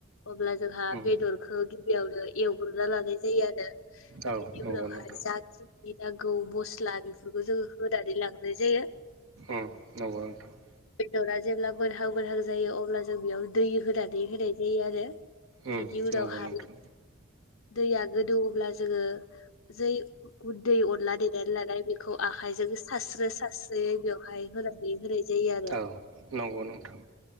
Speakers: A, on the left; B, on the right.
A: अब्ला जोंहा
B: उम
A: बेदरखौ गिबियावनो एवग्रोनना लानाय जायो आरो।
B: औ
A: बे उनावहाय
B: नंगौ नोंथां
A: जा खिनि नांगौ मस्ला बेफोरखौ जोङो होनानै लांगनाय जायो।
B: उम नंगौ नोंथां।
A: बेदरा जेब्ला मोनहां मोनहां जायो अब्ला जों बेयाव दै होनानै होनाय जायो आरो।
B: उम
A: बिदि उनावहाय
B: नंगौ नोंथां
A: दैया गोदौओब्ला जोङो जै गुन्दै अनला देनानै लानाय बे खौ आखायजों सारास्रो सारस्रोयै बेवहाय होनानै होनाय जायो आरो।
B: नांगौ नोंथां।